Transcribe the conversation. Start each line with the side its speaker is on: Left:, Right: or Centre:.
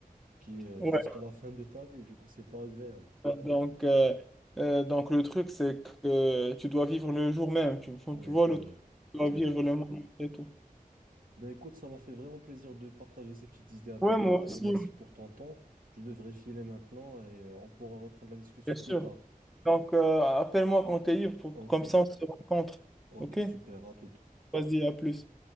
Right: qui est
Centre: Ouais.
Right: jusqu'à la <laughs> fin de ta vie. Du coup, c'est pas agréable.
Centre: Donc, euh, euh, donc le truc, c'est que tu dois vivre le jour même. Tu,
Right: Oui,
Centre: tu vois
Right: c'est
Centre: le
Right: vrai.
Centre: truc. Tu dois
Right: C'est
Centre: vivre
Right: vrai.
Centre: le moment, c'est tout.
Right: Ben écoute, ça m'a fait vraiment plaisir de partager ces petites idées avec
Centre: Ouais, moi
Right: toi
Centre: aussi,
Right: et merci pour ton temps. Je devrais filer maintenant et on pourra reprendre la discussion
Centre: bien sûr.
Right: plus tard.
Centre: Donc, euh, appelle-moi quand t'es libre, pour-
Right: Ok,
Centre: comme ça on se rencontre.
Right: ok,
Centre: OK?
Right: super, à tout.
Centre: Vas-y, à plus.